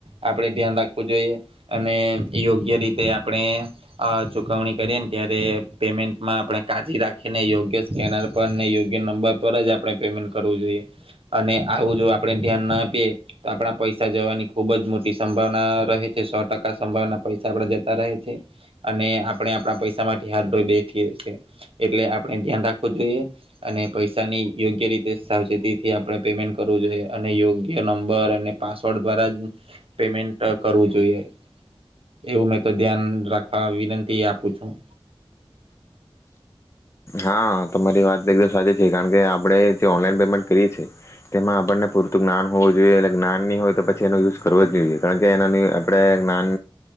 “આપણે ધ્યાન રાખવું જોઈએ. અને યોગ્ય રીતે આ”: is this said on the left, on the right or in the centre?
Right